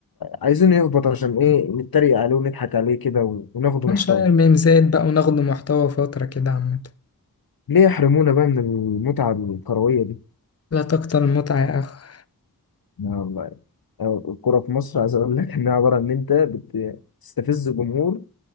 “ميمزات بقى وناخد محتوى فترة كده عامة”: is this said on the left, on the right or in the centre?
Left